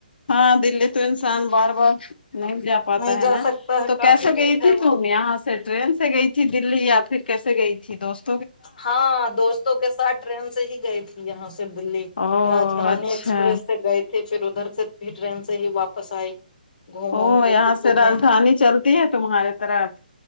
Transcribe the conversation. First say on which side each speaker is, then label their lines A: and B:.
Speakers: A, on the left; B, on the left.
A: ہاں دلی تو انسان بار بار نہیں جا پاتا
B: نہیں جا
A: ہے نا
B: سکتا ہے
A: تو
B: کافی
A: کیسے گئی
B: دور
A: تھی
B: ہے
A: تم
B: وہ
A: یہاں سے ٹرین سے گئی تھی دلی یا پھر کیسے گئی تھی دوست
B: ہاں دوستوں کے ساتھ ٹرین سے ہی گئی تھی یہاں سے دلی
A: او
B: راجدھانی
A: اچھا
B: ایکسپریس سے گئے تے پھر ادھر سے بھی ٹرین سے ہی واپس آئی گھوم
A: او
B: ووم کے
A: یہاں
B: قطب
A: سے راجدھانی
B: میں
A: چلتی ہے تمہارے طرف